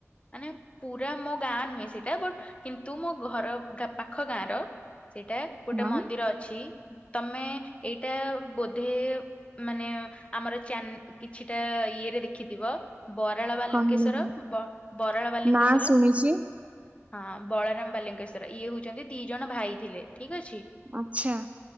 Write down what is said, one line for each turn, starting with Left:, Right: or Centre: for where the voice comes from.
Left: ମାନେ ପୁରା ମୋ ଗାଁ ନୁହେଁ ସେଇଟା ବଟ କିନ୍ତୁ ମୋ ଘର ତା ପାଖ ଗାଁ ର। ସେଇଟା ଗୋଟେ
Right: ହଁ
Left: ମନ୍ଦିର ଅଛି ତମେ ଏଇଟା ବୋଧେ ମାନେ ଆମର ଚାନ୍ କିଛିଟା ଇଏରେ ଦେଖିଥିବ। ବରାଳ ବାଲୁଙ୍କେଶ୍ଵର
Right: କହିଲେ କି?
Left: ବ ବରାଳ ବାଲୁଙ୍କେଶ୍ଵର।
Right: ନା ଶୁଣିଛି
Left: ହଁ ବଳରାମ ବାଲିଙ୍କେଶ୍ଵର ଇଏ ହଉଚନ୍ତି ଦି ଜଣ ଭାଇ ଥିଲେ। ଠିକ ଅଛି?
Right: ଆଚ୍ଛା।